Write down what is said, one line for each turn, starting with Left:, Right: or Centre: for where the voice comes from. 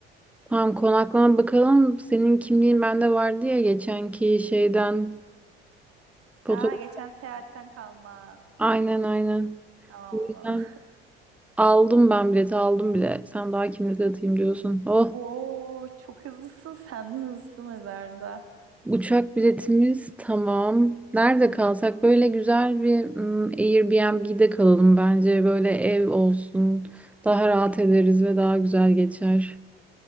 Centre: Tamam konaklama bakalım. Senin kimliğin bende vardı ya geçenki şeyden fotoğraf.
Right: Aa geçen seyahatten kalma.
Centre: Aynen aynen.
Right: Tamam
Centre: O
Right: o zaman.
Centre: yüzden aldım ben bileti aldım bile. Sen daha kimlik atayım diyorsun.
Right: <laughs>
Centre: Oh
Right: Oo çok hızlısın sen de hızlısın mezarda.
Centre: uçak biletimiz tamam. Nerede kalsak böyle güzel bir mm, Airbnb'de kalalım bence. Böyle ev olsun. Daha rahat ederiz ve daha güzel geçer.